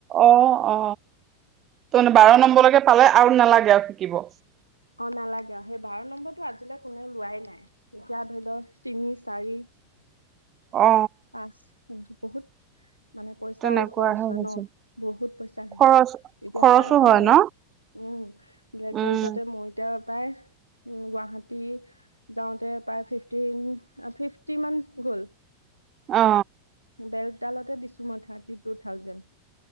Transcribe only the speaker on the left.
সেইটো
অ নালাগে আৰু, সেই বাৰ নম্বৰটো আজিলৈ কোনেও লোৱাই নাই। এতিয়া ধৰি ল তিনি, চাৰি, <inaudible>
পাঁচ বহুত, মানে পইচাও
খৰচ হয়
ন। বহুত পইচা থাকে।
এতিয়া
তাই
মোক,
উম। ব্লেক
বেল্টতে মই এতিয়া প্ৰায়, উম, গুৱাহাটী যাওঁতে প্ৰায় ফিফটিন, ফিফটি মান গ'ল।
বেল্টডালতে দিছো মই থাৰ্টি টু থাউজেণ্ড।